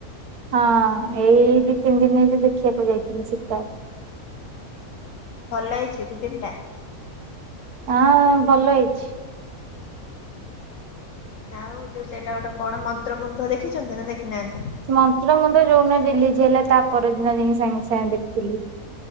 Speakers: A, on the right; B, on the left.
A: ହଁ ଏଇ ଦି ତିନି ଦିନ ଦେଖିବାକୁ ଯାଇଥିଲି ଶୀତା।
B: ଭଲ ହେଇଛି ଫିଲ୍ମ ଟା?
A: ଆ ଭଲ ହେଇଛି।
B: ଆଉ ଯୋଉ ସେଇଟା ଗୋଟେ କଣ ମନ୍ତ୍ର ମୁୁଗ୍ଧ ଦେଖିଛନ୍ତି ନା ଦେଖିନାହାନ୍ତି?
A: ମନ୍ତ୍ର ମୁଣ୍ଡ ଯୋଉଦିନ ରିଲିଜ ହେଲା ତା ପରଦିନ ଯାଇକି ସାଙ୍ଗେ ସାଙ୍ଗେ ଦେଖିଥିଲି।